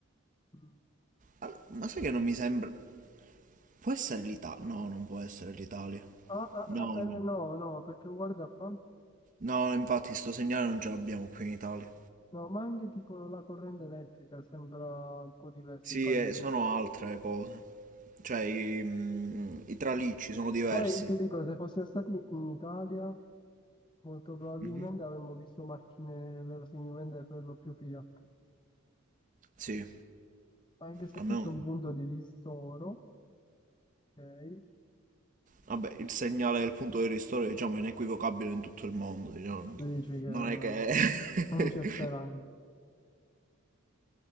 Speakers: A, on the left (about 20°); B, on the right (about 35°).
A: mm.
B: All- Ma sai che non mi sembra... Può essere l'Italia? No, non può essere l'Italia.
A: Ah, ah,
B: No,
A: ah,
B: no.
A: eh, no, no, perché guarda qua, no,
B: No, infatti sto segnale non ce l'abbiamo qui in Italia.
A: ma anche tipo la corrente elettrica sembra un po' diversa
B: Sì,
A: i pali.
B: eh, sono altre cose. Cioè, i, mm, i tralicci sono diversi.
A: Poi ti dico, se fossimo stati in Italia... Molto probabilmente
B: Mhm.
A: avremmo visto macchine verosimilmente per lo più Fiat.
B: Sì,
A: Ma anche se
B: almeno...
A: qui c'è un punto di ristoro, ok?
B: Vabbè, il segnale del punto di ristoro, diciamo, è inequivocabile in tutto il mondo, diciamo.
A: Tu dici che
B: Non è che... <laughs>
A: non c'è speranza